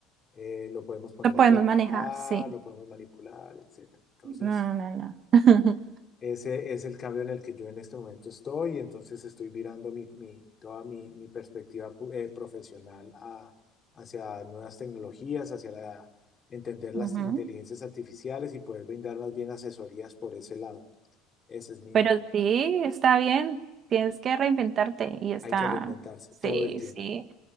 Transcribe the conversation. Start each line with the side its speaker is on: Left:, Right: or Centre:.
Left: eh, lo podemos poner
Right: Lo podemos
Left: a trasnochar,
Right: manejar, sí.
Left: lo podemos manipular, etcétera. Entonces,
Right: No, no, no. <laughs>
Left: ese es el cambio en el que yo en este momento estoy, y entonces estoy virando mi, mi- toda mi, mi perspectiva pu- eh, profesional a- hacia nuevas tecnologías, hacia la, entender las
Right: Ujú.
Left: inteligencias artificiales y poder brindar más bien asesorías por ese lado. Ese es mi,
Right: Pero sí, está bien, tienes que reinventarte y está,
Left: hay que reinventarse
Right: sí,
Left: todo el tiempo.
Right: sí.